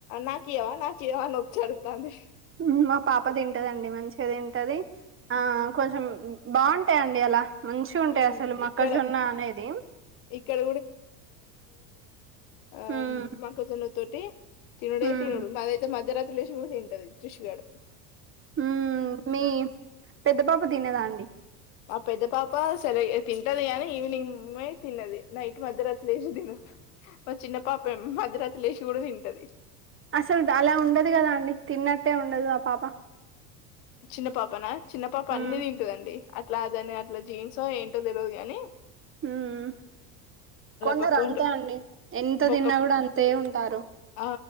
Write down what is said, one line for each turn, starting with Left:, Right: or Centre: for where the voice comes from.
Left: నాకి ఇయవ నాకి ఇయవ అని వచ్చి ఎదుగుతాంది
Right: హ్మ మా పాప తింటదండి మంచిగా తింటది ఆ కొంచెం బాగుంటాయండి అలా మంచిగా ఉంటాయి
Left: ఉమ్
Right: అసలు మక్కజొన్న
Left: ఇక్కడ
Right: అనేది
Left: ఇక్కడ అ
Right: ఉమ్
Left: మక్కజొన్న తోటి తినుడే
Right: ఉమ్
Left: తినడు మాది అయితే మధ్యరా త్రీ లేషి కూడా తింటది తృషుగాడు
Right: హ్మ మీ పెద్ద పాప తినేదా అండి
Left: మా పెద్ద పాప సరిగా తింటది కానీ ఈవినింగే తిన్నది నైట్ మధ్యరాత్రి లేచి తిను మా చిన్న పాపే మధ్యరాత్రి లేచి కూడా తింటది
Right: అసలు అలా ఉండదు కదా అండి తిన్నట్టే ఉండదు ఆ పాప
Left: చిన్న పాపనా చిన్న పాప
Right: మ్మ్
Left: అన్ని తింటదండీ అట్లా అ దాని అట్లా జీన్సో ఏంట్ ఏంటో తెల్వదు గాని
Right: హ్మ్ కొందరు
Left: బక్క
Right: అంతే
Left: ఉంట
Right: అండి ఎంత
Left: బొక్క
Right: తిన్నా కూడా అంతే ఉంటారు
Left: ఆ